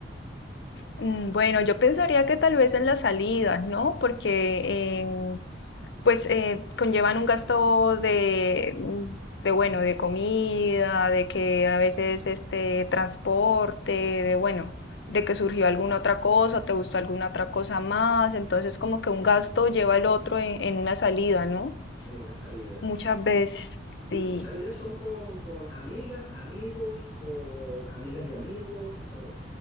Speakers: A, on the left; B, on the left.
A: Mm, Bueno, yo pensaría que tal vez en las salidas, ¿no? Porque em, pues eh, conllevan un gasto de, mm, de, bueno, de comida, de que a veces este transporte, de bueno, de que surgió alguna otra cosa, te gustó alguna otra cosa más, entonces como que un gasto lleva el otro en, en una salida, ¿no?
B: en una salida?
A: Muchas veces. Sí.
B: ¿Y tus salidas son con, con amigas, amigos o amigas y amigos o